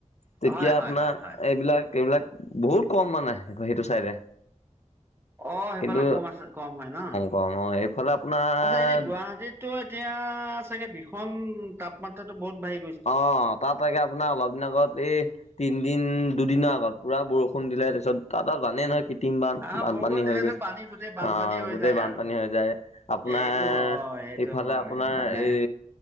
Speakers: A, on the left; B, on the right.
A: তেতিয়া
B: হয় হয়
A: আপোনাৰ
B: হয় হয়
A: এইবিলাক এইবিলাক। বহুত কম মানে সেইটো চাইডে।
B: অ সেইফালে
A: কিন্তু
B: কম আছে কম হয় ন
A: কম অ এইফালে আপোনাৰ
B: আচ্ছা এনে গুৱাহাটীত এতিয়া চাগে ভীষণ তাপমাত্ৰা। <unintelligible> বহুত বাহিব।
A: অ তাত তগে আপোনাৰ অলপ দিন আগত এই তিনদিন দুদিনৰ আগত পুৰা বৰষুণ দিলে তাৰ পিছত তাত আৰূ জানে নহয় কৃত্ৰিম বান
B: আহ
A: বানপানী
B: বৰষুণ দিলেতো
A: হৈ গৈছে
B: পানী গোটেই বানপানী
A: আহ
B: হৈ
A: গোটেই
B: যায়
A: বানপানী
B: আৰু
A: হৈ যায়। আপোনাৰ
B: এইটো হয় সেইটো
A: এইফালে
B: হয়
A: আপোনাৰ
B: মানে
A: এই